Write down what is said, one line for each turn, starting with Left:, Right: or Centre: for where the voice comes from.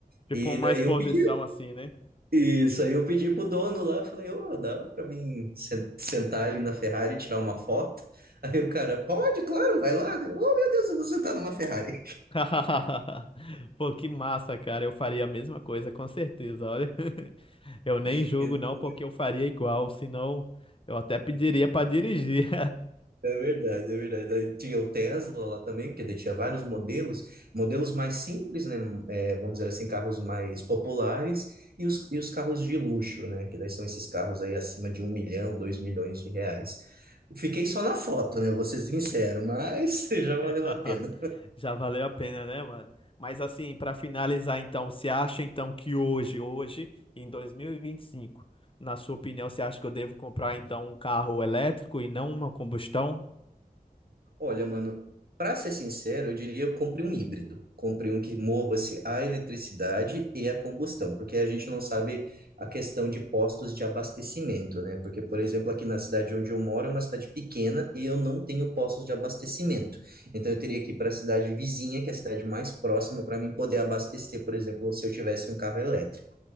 Left: Tipo
Right: E
Left: uma
Right: daí
Left: exposição
Right: eu pedi,
Left: assim, né?
Right: isso aí eu pedi pro dono lá, falei, ô, dá pra mim sen- sentar ali na Ferrari e tirar uma foto? Aí o cara, pode, claro, vai lá. Eu, oh, meu Deus, eu vou sentar numa Ferrari.
Left: <laughs> Pô, que massa, cara. Eu faria a mesma coisa, com certeza. Olha, <laughs> eu nem
Right: <laughs>
Left: julgo não, porque eu faria igual, senão eu até pediria pra dirigir.
Right: É verdade, é verdade. Daí tinha o Tesla lá também, porque daí tinha vários modelos, modelos mais simples, né? É, vamos dizer assim, carros mais populares e os, e os carros de luxo, né? Que daí são esses carros aí acima de um milhão, dois milhões de reais. Fiquei só na foto, né? Vou ser sincero, mas <laughs>
Left: <laughs>
Right: já valeu a pena.
Left: Já valeu a pena, né, mano? Mas assim, pra finalizar então, você acha então que hoje, hoje, em 2025, na sua opinião, você acha que eu devo comprar então um carro elétrico e não uma combustão?
Right: Olha, mano, para ser sincero, eu diria eu compre um híbrido. Compre um que mova-se a eletricidade e a combustão, porque a gente não sabe a questão de postos de abastecimento, né? Porque, por exemplo, aqui na cidade onde eu moro é uma cidade pequena e eu não tenho postos de abastecimento. Então, eu teria que ir para a cidade vizinha, que é a cidade mais próxima, para mim poder abastecer, por exemplo, se eu tivesse um carro elétrico.